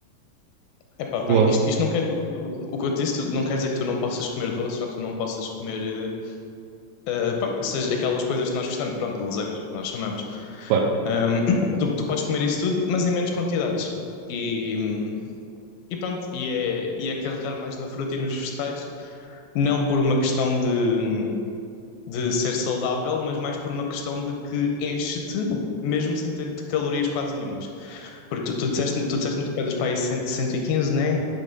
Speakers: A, on the left; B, on the right.
A: Epá,
B: Boa,
A: pronto, isto, isto não quer dizer que tu, o que eu te disse, tu- não quer dizer que tu não possas comer doce, só que tu não possas comer, eh, eh, pronto, seja aquelas coisas que nós gostamos, pronto, guloseimas, o que nós chamamos.
B: claro,
A: Ahm, tu, tu podes comer isso tudo, mas em menos quantidades. E, hum, e pronto, e é, e é carregar mais na fruta e nos vegetais, não por uma questão de, de ser saudável, mas mais por uma questão de que enche-te, mesmo sem ter calorias quase nenhumas. Porque tu, tu disseste-me
B: já,
A: tu, disseste tu pesas para aí cento e quinze né?